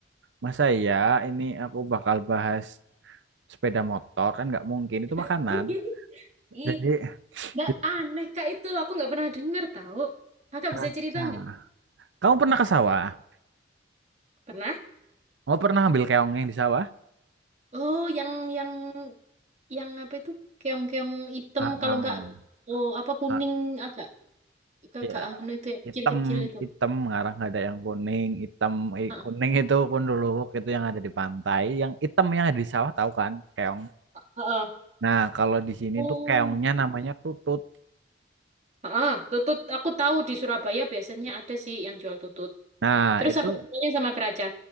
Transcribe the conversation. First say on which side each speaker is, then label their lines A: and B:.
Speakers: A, on the right; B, on the right.
A: Masa ya ini aku bakal bahas sepeda motor kan nggak mungkin itu makanan.
B: <laughs> Ih,
A: Jadi,
B: Nggak
A: jadi
B: aneh kak itu, aku nggak pernah dengar tahu. Kakak
A: Keraca.
B: bisa cerita nggak?
A: kamu pernah ke sawah?
B: Pernah?
A: Oh pernah ambil keong yang di sawah?
B: Oh, yang yang yang apa itu? Keong-keong hitam
A: Ah,
B: kalau
A: ah,
B: nggak oh apa kuning
A: ah.
B: agak agak
A: Iya,
B: anu itu yang kecil-kecil
A: hitam
B: itu.
A: hitam ngarang nggak ada yang kuning hitam eh,
B: Heeh.
A: kuning itu kondolowok itu yang ada di pantai yang hitam yang ada di sawah tahu kan keong
B: Heeh.
A: nah kalau di sini
B: Oh.
A: tuh keongnya namanya tutut
B: Heeh, tutut aku tahu di Surabaya biasanya ada sih yang jual tutut.
A: nah
B: Terus
A: itu
B: apa bedanya sama keraca?